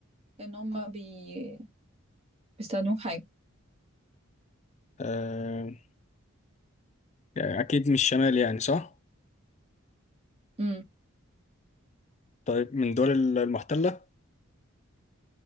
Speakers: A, on the right; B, on the left.
A: لان هم بي... بيستخدموه في حاجة
B: آه يعني أكيد مش شمال يعني صح؟
A: امم
B: طيب من دول ال- المحتلة